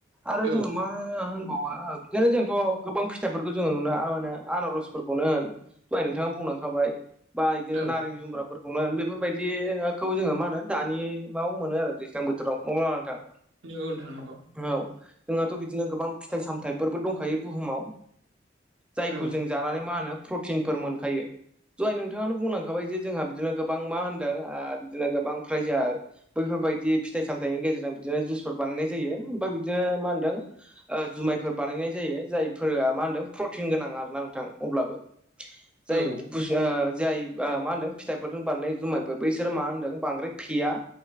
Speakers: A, in the centre; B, on the right (about 80°).
A: आरो
B: औ
A: जोङो मा होनबावो बिदिनो जोंथ' गोबां फिथाइफोरखौ जोङो नुनो आनो आनारस फोरखौनो होन दहाय नोंथाङा बुंलांखाबाय बा इदिनो
B: औ
A: नारें जुम्ब्राफोरखौनो बेफोरबायदिखौ जोङो मा होनो दानियाव मोनो आरो दैज्लां बोथोराव <unintelligible> नोंथां
B: निगौ नोंथां नोंगौ
A: औ जोंहाथ' बिदिनो गोबां फिथाइ सामथाइफोरबो दंखायो बुहुमाव जायखौ
B: औ
A: जों जानानै मा होनो प्रटिनफोर मोनखायो दहाय नोंथाङानो बुंलांखाबाय जे जोंहा बिदिनो गोबां मा होनदों ओ बिदिनो गोबां प्राय जोआ बैफोरबायदि फिथाइ सामथाइनि गेजेरजों बिदिनो जुसफोर बानायनाय जायो ओमफ्राय बिदिनो मा होनदों ओ जुमायफोर बानायनाय जायो जायफोरा मा होनदों प्रटिन गोनां आरो ना नोंथां अब्लाबो जाय
B: औ
A: बुस ओ जाय बा मा होनदों फिथाइफोरजों बानायनाय जुमायफोर बैसोरो मा होनदों बांद्राय फेया